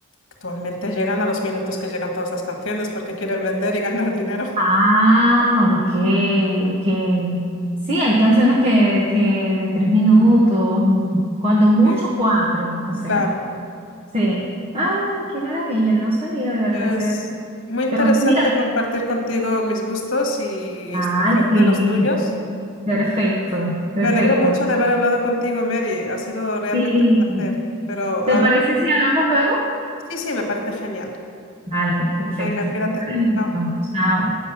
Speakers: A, on the left; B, on the right.
A: Actualmente llegan a los minutos que llegan todas las canciones porque quieren vender y ganar dinero.
B: Ah, ok, ok. Sí, hay canciones que, que de tres minutos, mm, cuando mucho
A: Sí,
B: cuatro, o sea,
A: claro.
B: sí. Ay, qué maravilla, no sabía de verdad
A: Es
B: ese detalle.
A: muy interesante
B: Pero mira,
A: compartir contigo mis gustos y
B: ay,
A: estar siempre
B: sí,
A: de los tuyos.
B: perfecto, perfecto.
A: Me alegro mucho de haber hablado contigo, Mary. Ha sido realmente
B: Sí.
A: un placer. Pero
B: ¿Te
A: ahora
B: parece si hablamos luego?
A: sí, sí, me parece genial.
B: Vale, perfecto.
A: Venga, cuídate.
B: Te quiero mucho.
A: Chao.
B: Chao.